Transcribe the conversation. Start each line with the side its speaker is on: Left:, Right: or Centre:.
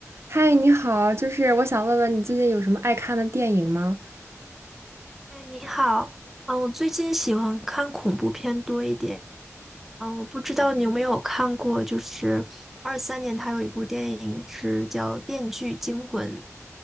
Right: 嗨，你好，就是我想问问你最近有什么爱看的电影吗？
Centre: 哎，你好，嗯，我最近喜欢看恐怖片多一点，嗯，我不知道你有没有看过，就是二三年他有一部电影是叫《电锯惊魂》，